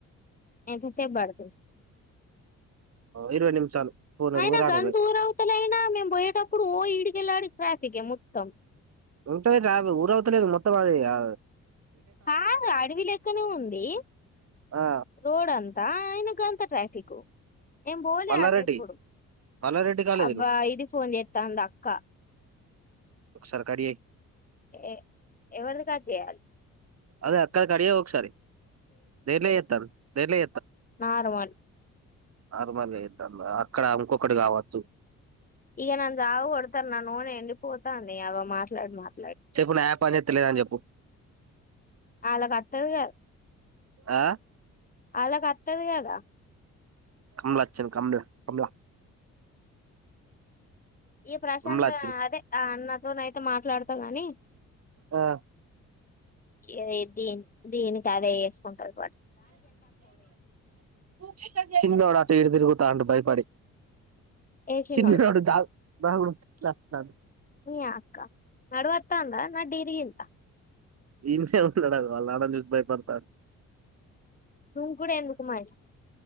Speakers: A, on the left; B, on the right.
A: ఎంతసేపు పడుతుంది
B: ఇరవై నిమిషాలు పోనూరు
A: అయినా
B: ఊరానికి
A: గంత
B: పోయి
A: ఊరవతలయినా మేము పోయేటప్పుడు ఓ ఇడికెళ్ళడు ట్రాఫిక్ ఏ తం
B: ఉంటది కాదు ఊరవుతలేగా మొత్తం అది గా
A: కాదు అడవి లెక్కనే ఉంది
B: ఆ
A: రోడ్ అంతా అయినా అంతా ట్రాఫికు నేన్ పోలే
B: మల్లారెడ్డి
A: అటేప్పుడు
B: మల్లారెడ్డి కాలేజీలు
A: అబ్బా ఇది ఫోన్ చేత్తా ఉంది అక్క
B: ఒకసారి కట్ చెయ్
A: ఏ ఎవరిది కట్ చేయాలి
B: అదే అక్కా కట్ చెయ్ ఒకసారి నేనే ఎతాను సర్లే
A: మారవాడి
B: ఆగమనే అక్కడ ఇంకొకటి కావచ్చు
A: ఇగ నన్ను జావ కొడతారు నా నోరు ఎండిపోతా ఉంది పోతా అంది అలా మాట్లాడి మాట్లాడి
B: చెప్పు నా యాప్ అనేది తెలియదాని చెప్పు
A: వాళ్ళకి అత్తది
B: ఆ
A: ఆల్లకి వత్తది కదా
B: కమలాచ్చన్ కమలా కమలా
A: ఈ ప్రశాంత్
B: కమల వచ్చింది
A: అదే అన్న నేనయితే మాట్లాడతా గాని
B: ఆ
A: ఏ దీని దీని కాదే వ ఉంటాది
B: చి చిన్నోడా ఇటు తిరుగు తాడు భయపడి
A: వేసినోడు
B: చిన్నోడు ద బాగు అదే
A: మీ అక్క నడువత్తా అందా నడ్డిరిగిందా
B: ఇండి నుంచే వస్తలేడు అగో వాళ్ళంను ఆడ చూసి భయపడుతున్నాడు
A: దుంకుడు ఎందుకు మరి.